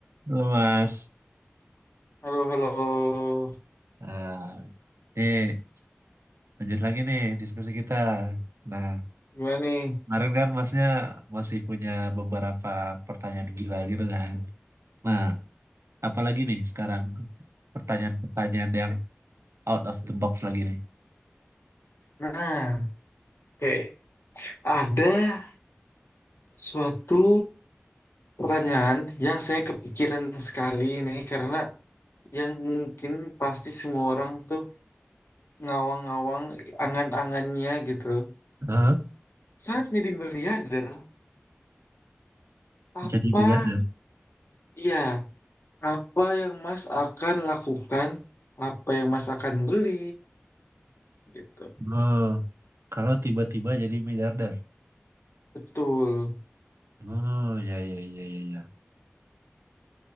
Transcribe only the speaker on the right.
Halo Mas.
Nah, nih lanjut lagi nih diskusi kita. Nah,
kemarin kan Masnya masih punya beberapa pertanyaan gila gitu kan. Nah, apalagi nih sekarang pertanyaan-pertanyaan yang out of the box lagi nih.
Hah?
Jadi miliarder.
Oh, kalau tiba-tiba jadi miliarder.
Oh, ya ya ya ya ya.